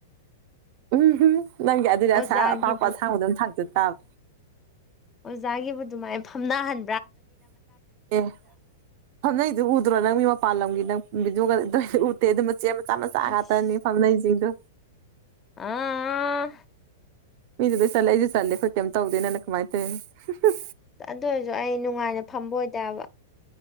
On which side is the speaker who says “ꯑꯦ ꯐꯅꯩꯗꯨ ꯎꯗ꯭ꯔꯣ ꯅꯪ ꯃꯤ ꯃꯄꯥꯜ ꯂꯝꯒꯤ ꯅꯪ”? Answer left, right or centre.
Right